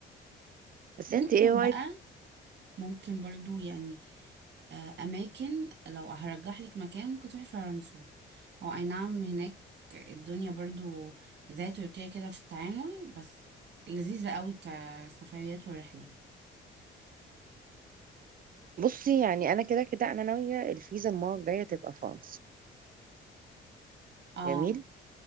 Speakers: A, on the right; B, on the right.
A: بس
B: ممكن
A: انت ايه
B: بقى ممكن برضو يعني آه، اماكن لو هرجح لك مكان ممكن تروحي فرنسا هو اي نعم هناك الدنيا برضو زي تركيا كده في التعامل بس لذيذة قوي كسفريات ورحلة
A: بصي يعني انا كده كده انا ناويه الفيزا المره الجايه تبقى فرنسا
B: اه
A: جميل